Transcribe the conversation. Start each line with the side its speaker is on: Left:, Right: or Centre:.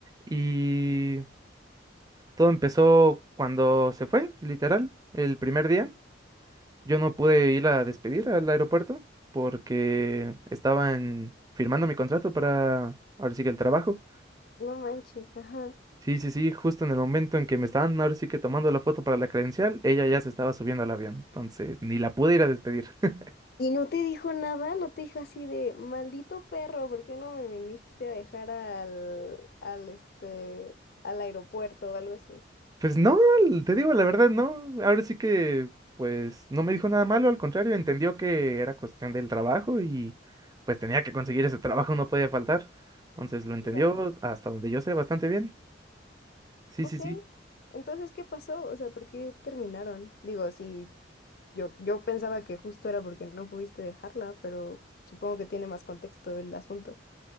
Right: Y todo empezó cuando se fue, literal, el primer día. Yo no pude ir a despedir al aeropuerto porque estaban firmando mi contrato para, ahora sí que el trabajo.
Left: No manches, ajá.
Right: Sí, sí, sí, justo en el momento en que me estaban ahora sí que tomando la foto para la credencial, ella ya se estaba subiendo al avión, entonces ni la pude ir a despedir. <laughs>
Left: ¿Y no te dijo nada? ¿No te dijo así de, maldito perro, ¿por qué no me viniste a dejar al, al, este, al aeropuerto o algo así?
Right: Pues no, te digo la verdad, no, ahora sí que pues no me dijo nada malo, al contrario, entendió que era cuestión del trabajo y pues tenía que conseguir ese trabajo, no podía faltar, entonces lo entendió
Left: Ya.
Right: hasta donde yo sé bastante bien. Sí,
Left: Ok.
Right: sí, sí,
Left: Entonces, ¿qué pasó? O sea, ¿por qué terminaron? Digo, sí, yo, yo pensaba que justo era porque no pudiste dejarla, pero supongo que tiene más contexto el asunto.